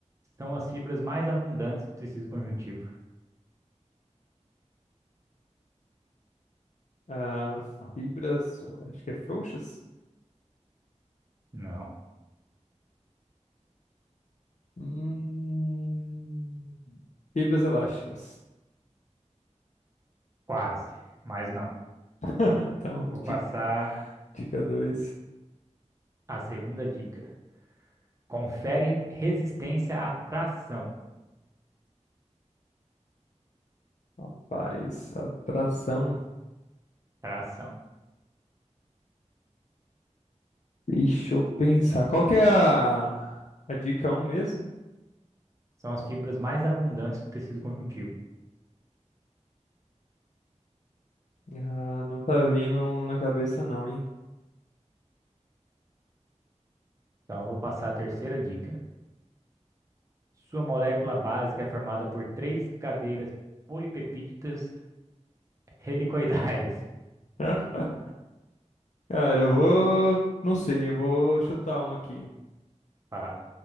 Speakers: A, on the right; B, on the left.
A: são as fibras mais abundantes do tecido conjuntivo.
B: Ah, fibras. Acho que é frouxas?
A: Não,
B: Hum, fibras elásticas.
A: quase, mas não.
B: <laughs> Então,
A: Vou
B: di-
A: passar
B: dica dois,
A: a segunda dica. Conferem resistência à tração.
B: Rapaz, atração.
A: Tração.
B: Deixa eu pensar. Qual que é a, a dica um mesmo?
A: São as fibras mais abundantes do tecido conjuntivo.
B: Ah, não tá vindo na cabeça não, hein?
A: Então, eu vou passar a terceira dica. Sua molécula básica é formada por três cadeiras polipepídicas helicoidais.
B: <laughs> Cara, eu vou. Não sei, eu vou chutar uma aqui.
A: <laughs> Fala,